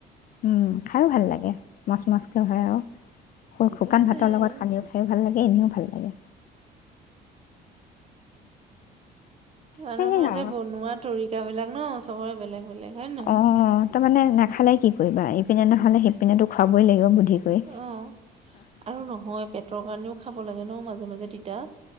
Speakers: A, on the left; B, on the right.
A: উম খাইয়ো ভাল লাগে <unintelligible> শুকান ভাতৰ
B: উম,
A: লগত সানিও খাই ভাল লাগে। এ এনেও ভাল লাগে।
B: মানুহৰ
A: সেয়াই আৰু
B: যে বনোৱা তৰিকা বিলাক ন। চবৰে বেলেগ। বেলেগ হয়নে নহয়।
A: অঁ তাৰমানে নাখালে কি কৰিবা ইপিনে নহ'লে সিপিনেতো খুৱাবই লাগিব। বুদ্ধি কৰি
B: অ'আৰু নহয় পেটৰ কাৰণেও খাব লাগে ন মাজে মাজে। <unintelligible>